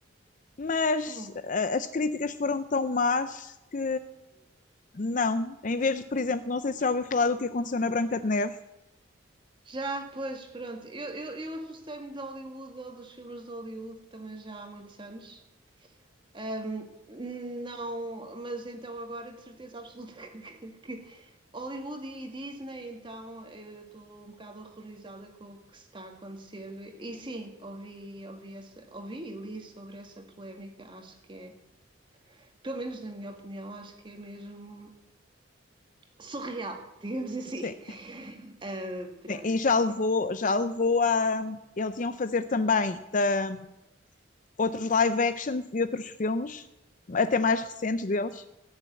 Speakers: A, on the left (about 40°); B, on the right (about 25°).
A: mas
B: Hum.
A: ah, as críticas foram tão más que não. Em vez de, por exemplo, não sei se já ouviu falar do que aconteceu na Branca de Neve.
B: Já, pois, pronto. Eu, eu, eu afastei-me de Hollywood ou dos filmes de Hollywood também já há muitos anos. Um, não, mas então agora de certeza absoluta <laughs> que, que Hollywood e Disney, então eu estou um bocado horrorizada com o que está a acontecer. E sim, ouvi, ouvi, essa, ouvi e li sobre essa polémica, acho que é, pelo menos na minha opinião, acho que é mesmo surreal, <laughs> digamos assim.
A: Sim.
B: Uh, pronto.
A: Sim, E já levou, já levou a. Eles iam fazer também da- outros live actions e outros filmes, até mais recentes deles.